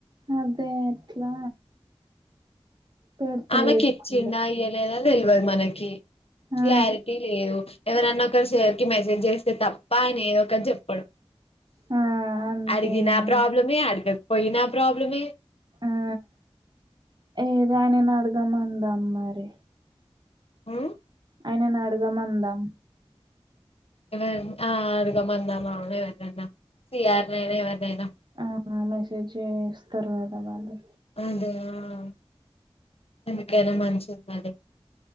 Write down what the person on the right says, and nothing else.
అదే ఎట్లా పెడతలేదు
అంది.
ఆ
ఆ అంతే
అండి
ఆ ఏదో ఆయనని అడగమందాం మరి
ఆయనని అడగమందాం
ఆ మెసేజేస్తతరు గద వాళ్లు